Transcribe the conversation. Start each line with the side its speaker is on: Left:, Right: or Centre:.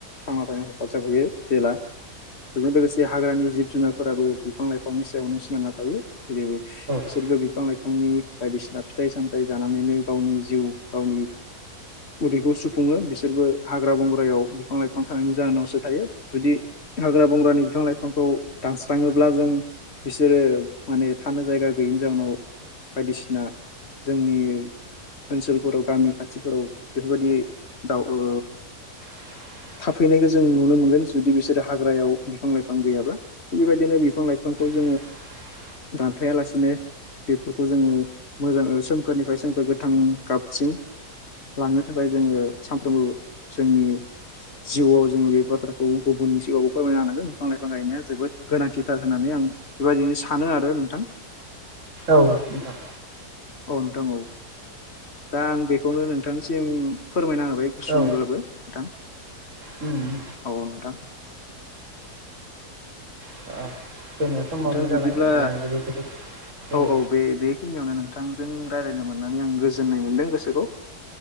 Left: थांना थानो थाखाय <inaudible> जेला बेजों लोगोसे हाग्रानि जिब जुनारफोराबो बिफां लाइफांनि सायावनो सिनायना थायो जेरैबो बिसोरबो
Right: औ
Left: बिफां लाइफांनि बायदिसिना फिथाइ सामथाइ जानानैनो गावनि जिउ गावनि उदैखौ सुफुङो बिसोरबो हाग्रा बंग्रायाव बिफां लाइफां थानायनि जाहोनावसो थायो जुदि हाग्रा बंग्रानि बिफां लाइफांखौ दानस्राङोब्ला जों बिसोरो माने थानो जायगा गैयिनि जाउनाव बायदिसिना जोंनि ओनसोलफोराव गामि खाथिफोराव बेफोरबायदि दाव ओ
Right: <inaudible>
Left: थाफैनायखौ जों नुनो मोनगोन जुदि बिसोरो हाग्रायाव बिफां लाइफां गैयाब्ला थिग बेबायदिनो बिफां लाइफांखौ
Right: <inaudible>
Left: जों दानफायालासिनो बेफोरखौ जोंङो मोजां ओ सोमखोरनिफ्राय सोमखोर गोथां गाबसिम लांनो थाखाय जोङो सानफ्रोमबो जोंनि जिउआव जोङो बे बाथ्राखौ गुबुननि सिगांआवबो फोरमायनो हानांगोन बिफां लाइफां गायनाया जोबोद गोनांथिथार होननानै आं बेबायदिनो सानो आरो नोंथां
Right: औ नोंथां
Left: औ नोंथां औ दा आं बेखौनो नोंथांनिसिम फोरमायना होबाय बाय गुसुैब्लाबो
Right: औ
Left: नोंथां
Right: उम
Left: औ नोंथां
Right: <inaudible> समाबो
Left: नोंथां
Right: जाबाय
Left: बिदिब्ला
Right: गोजोननाय थाबाय
Left: औ औ बे बेखिनियावनो नोंथां जों रायलायनो मोननानै आं गोजोननाय मोनदों गोसोखौ